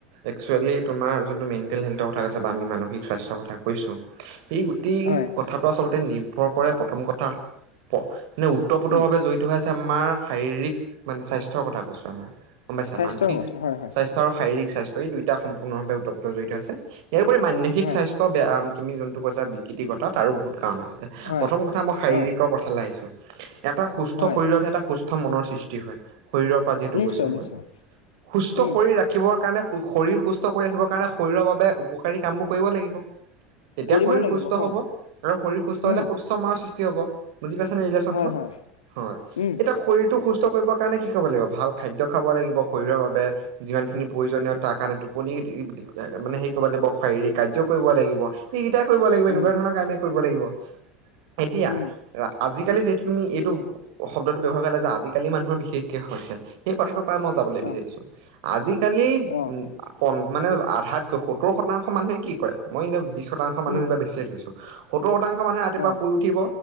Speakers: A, on the right; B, on the left.
A: একচুৱেলি তোমাৰ জোনটো মেণ্টেল হেল্থ কথা কৈছা বা আমি মানসিক স্বাস্থ্য কথা কৈছোঁ। এই গোটেই
B: হয়
A: কথাটো আচলতে নিৰ্ভৰ কৰে প্ৰথম কথা মানে ওত্তপ্ৰতভাৱে
B: উম
A: জড়িত। এইটো হৈছে মা শাৰীৰিক মানে স্বাস্থ্যৰ কথা কৈছোঁ আমাৰ গম পাইছা
B: স্বাস্থ্যৰ
A: মানসিক
B: কথা হয় হয়
A: স্বাস্থ- চাৰু শাৰিৰীক স্বাস্থ্য এই দুটা সম্পূৰ্ণভাৱে উত্তপ্ত জড়িত আছে এইবোৰেই মানসিক
B: হয়
A: স্বাস্থ- বেয়া তুমি যোনটো কৈছা বিকৃৰ কথা তাৰো বহুত কাৰণ আছে।
B: হয়।
A: প্ৰথম কথা মই শাৰীৰিকৰ
B: অঁ
A: কথা লে আহিছো। এটা সুস্থ
B: হয়
A: শৰীৰতে এটা সুস্থ মনৰ সৃষ্টি হয়, শৰীৰৰ পৰা যিহেতু
B: নিশ্চয়
A: গৈছো। <unintelligible>
B: নিশ্চয়
A: সুষ্ট
B: উম
A: শাৰীৰ ৰাখ- খিবৰ কাৰণে সু শৰীৰ সুস্থ কৰি ৰাখিবৰ কাৰণে শৰীৰৰ বাবে উপকাৰী কামবোৰ কৰিব লাগিব। তেতিয়া
B: কৰিব
A: শৰীৰ
B: লাগিব
A: সুস্থ
B: হয়
A: হব আৰু শৰীৰ সুস্থ হলে
B: উম
A: সুস্থ মাৰ সৃষ্টি হব। বুজি পাইছা নে ৰিলেশ্বনটো
B: হয় হয়
A: হয়,
B: উম
A: এতিয়া শৰীৰটো সুস্থ কৰিব কাৰণে কি কৰিব লাগিব ভাল খাদ্য খাব লাগিব শৰীৰৰ বাবে। যিমান খিনি প্ৰয়োজনীয় তাৰ কাৰণে টোপনি মানে সেই কৰিব লাগিব শাৰীৰিক কাৰ্য কৰিব লাগিব। সেইকেইটাই কৰিব লাগিব এনেকুৱা
B: উম
A: ধৰণৰ কামে কৰিব লাগিব। এতিয়া
B: উম
A: আজিকালি যিহেতু তুমি এইটো অ শব্দটো ব্যৱহাৰ কৰা যে আজিকালি মানুহৰ বিশেষকে হৈছে সেই কথাটো পা মই যাবলৈ বিচাৰিছো
B: অঁ
A: আজিকালি
B: অঁ
A: উ- পন মানে আধাতকৈ সত্তৰ শতাংশ মানুহে কি কৰে, মই এনে বিশ শতাংশ মানুহ
B: উম
A: কিবা বেছিয়ে ধৰিছো। সত্তৰ শতাংশ মানুহে ৰাতিপুৱা
B: অঁ
A: শুই উঠিব